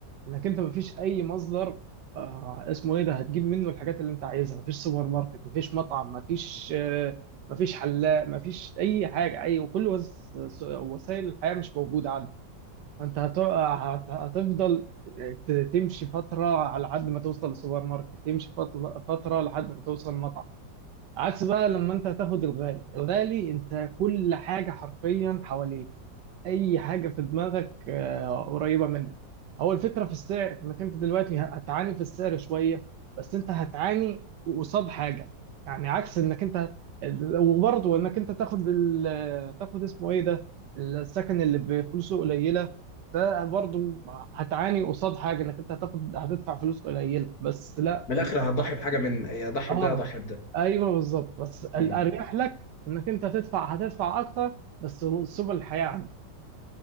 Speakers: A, on the right; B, on the left.
A: انك انت مفيش اي مصدر آه اسمه ايه ده هتجيب منه الحاجات اللي انت عايزها مفيش سوبر ماركت مفيش مطعم مفيش آه مفيش حلاق مفيش اي حاجه اي وكل وس- س- وسائل الحياه مش موجوده عندك فانت هت- هت- هتفضل آه، ت- تمشي فتره على حد ما توصل للسوبر ماركت تمشي فضل- فتره لحد ما توصل مطعم عكس بقى لما انت هتاخد الغالي الغالي انت كل حاجة حرفيا حواليك اي حاجة في دماغك آه، قريبة منك هو الفكرة في السعر انك انت دلوقتي هتعاني في السعر شوية بس انت هتعاني قصاد حاجة يعني عكس انك انت وبرضه انك انت تاخد ال... تاخد اسمه ايه ده السكن اللي بفلوسه قليلة ده برضه هتعاني قصاد حاجة انك انت هتاخد هتدفع فلوس قليلة بس لا
B: من الآخر
A: صراحة
B: هضحي بحاجة من يا اضحي
A: اه
B: بده يا اضحي
A: ايوه بالظبط بس الاريح
B: بده
A: لك انك انت تدفع هتدفع اكتر بس سبل الحياه عندك